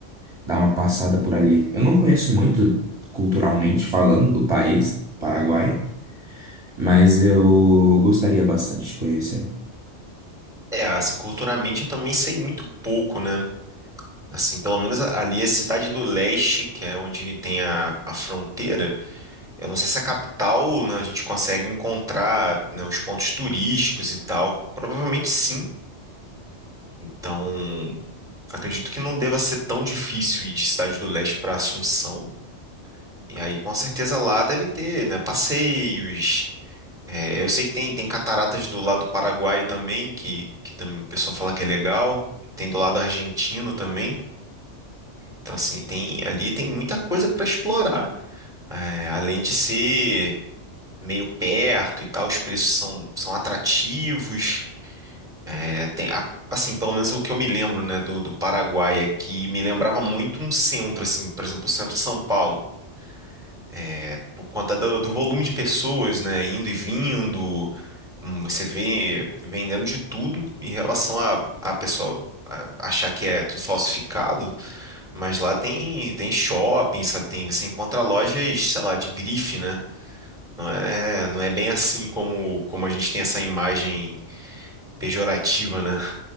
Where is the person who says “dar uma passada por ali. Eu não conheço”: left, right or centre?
Right